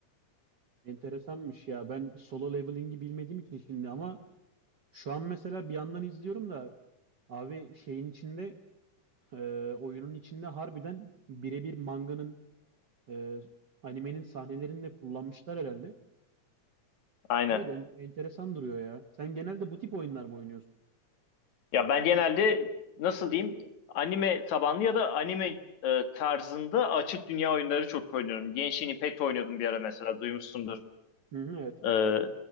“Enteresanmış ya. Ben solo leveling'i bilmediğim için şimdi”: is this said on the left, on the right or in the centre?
Right